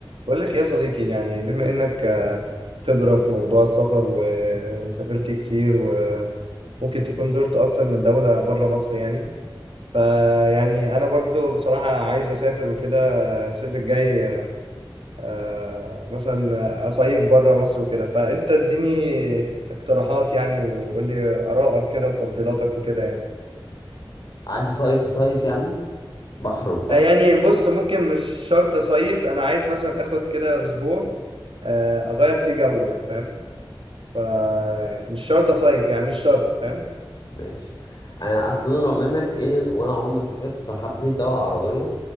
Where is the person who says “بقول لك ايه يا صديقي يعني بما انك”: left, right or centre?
Right